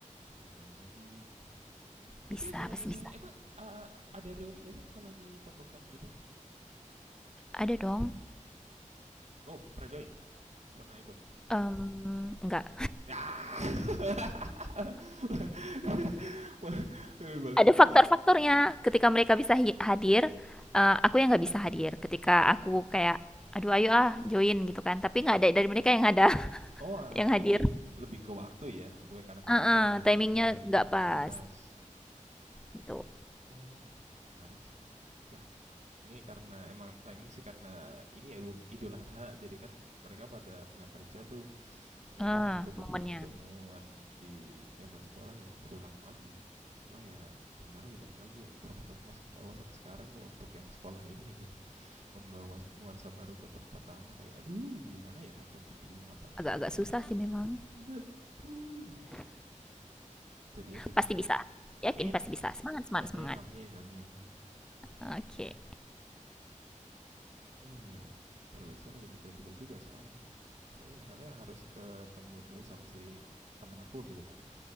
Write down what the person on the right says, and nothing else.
gimana sih gitu kan. Tapi
kalau
misalnya
emang eh, ada reuni nggak sih kalau di pondokan kita?
Oh, pernah join? Pernah ikut.
Ya. <laughs> Wah, balikin
lagi
ya.
Oh, ah,
jadi
lebih ke waktu ya, bukan karena keinginan
berarti.
Ya,
nggak pas.
Oh, menarik sih. Ya, ini karena emang timing sih karena ini ya Idul- Idul Adha, jadi kan mereka pada nggak kerja tuh. ya
udah waktu buat
ketemu temuan di zaman sekolah ya terulang lagi cuma ya gimana lagi balik lagi ya introvert aku masih ke bawah sampai sekarang nih untuk yang sekolah ini <laughs> gitu membawa nuansa baru ke tempat lama kayak aduh gimana ya takut diterima apa enggaknya
gitu
betul itu dia sih
teh
amin
amin
amin amin
iya iya terus saya lagi mikir-mikir juga soalnya nih saya misalnya harus ketemu dulu sama si teman aku gitu kan